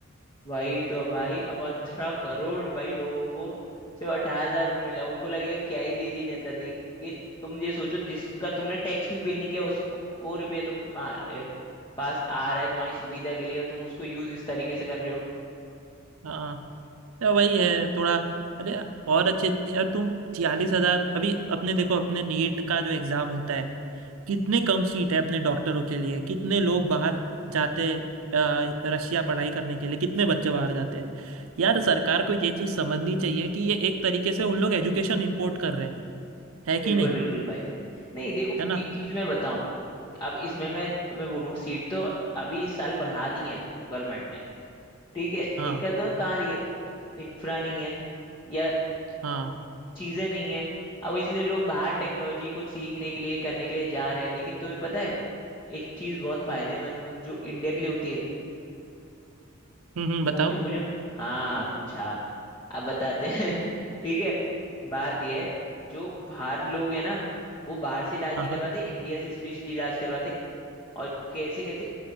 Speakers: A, on the left (about 25°); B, on the right (about 80°).
A: वही तो भाई अब अठारह करोड़ भाई लोगों को सिर्फ अठारह हजार रुपये मिला उनको लगेगा क्या ही दे रही है जनता लेकिन तुम ये सोचो जिसका तुमने टैक्स भी पे नहीं किया उसको वो रुपये तुम्हारे पास आ रहा है तुम्हारी सुविधा के लिए और तुम उसको यूज इस तरीके से कर रहे हो
B: हाँ या वही है थोड़ा अरे और अच्छे यार तुम छियालीस हजार अभी अपने देखो अपने नीट का जो एग्जाम होता है कितने कम सीट है अपने डॉक्टरों के लिए कितने लोग बाहर जाते हैं अ, रशिया पढ़ाई करने के लिए कितने बच्चे बाहर जाते हैं यार सरकार को ये चीज समझनी चाहिए कि ये एक तरीके से उन लोग एजुकेशन इम्पोर्ट कर रहे हैं है कि
A: बिल्कुल
B: नहीं
A: बिल्कुल भाई नहीं देखो
B: है ना
A: एक चीज मैं बताऊं अब इसमें मैं तुम्हें बोलूं सीट तो अभी इस साल बढ़ा दी है गवर्नमेंट ने ठीक है
B: हाँ
A: दिक्कत तो कहाँ आ रही है इंफ्रा नहीं है या
B: हाँ
A: चीजें नहीं है अब इसलिए लोग बाहर टेक्नोलॉजी को सीखने के लिए करने के लिए जा रहे हैं लेकिन तुम्हें पता है एक चीज बहुत फायदेमंद जो इंडिया के लिए होती है
B: हम्म हम्म, बताओ
A: पूछो पूछो हाँ पूछा अब बताते हैं <laughs> ठीक है बात यह है जो बाहर लोग है ना वो बाहर से इलाज
B: हाँ
A: नहीं करवाते
B: हाँ
A: इंडिया से स्पेशली इलाज करवाते और कैसे कैसे